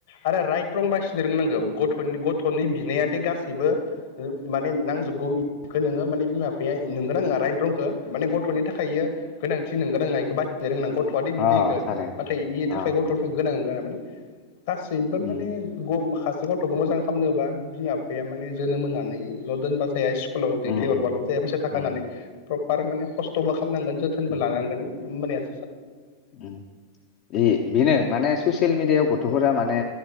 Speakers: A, on the left; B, on the left.
A: आरो राइट रं बासिनो रोंनांगौ गथ'नि गथ'नि बिनाया दि गासैबो माने नांजोबगौ खो नोङो माने बिमा बिफाया नोंगोना नङा राइट रंखो माने गथ गथ'नि थाखायो गोनांथि नोंगौ ना नङा इखो बासिनो रोंनांगौ गथ'आदि
B: अ
A: बिदिखो
B: थारैनो
A: नाथाय इनि
B: अ
A: थाखाय गथ'नो गोनां गोन माने गासैबो
B: उम
A: माने गम माखासे गथ'खौ मोजां खालामनोबा बिमा बिफाया माने जोनोम होनानैल' दोनबा जाया सु स्कुलाव दैथायहरबाल'
B: उम उम
A: जाया फैसा थाखा होननानै
B: उम
A: प्रफार माने खस थबा खामनांगोन जोथोनबो
B: उम
A: लानांगोन होमबानिस
B: उम बे बेनो माने ससियेल मिडियायाव गथ' थ'फोरा माने